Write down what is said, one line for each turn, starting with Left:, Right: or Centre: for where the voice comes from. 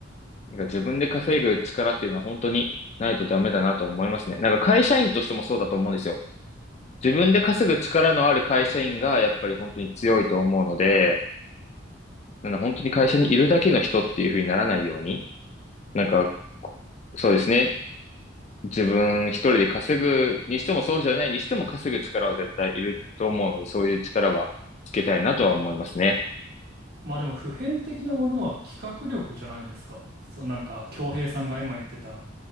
Left: なんか自分で稼ぐ力っていうのは本当にないとダメだなと思いますね。なんか会社員としてもそうだと思うんですよ。自分で稼ぐ力のある会社員がやっぱり本当に強いと思うので、なんか本当に会社にいるだけの人っていう風にならないように、なんか、そうですね。自分一人で稼ぐにしてもそうじゃないにしても稼ぐ力は絶対いると思うので、そういう力はつけたいなとは思いますね。
Right: まあでも普遍的なものは企画力じゃないですか。そうなんか恭平さんが今言ってた、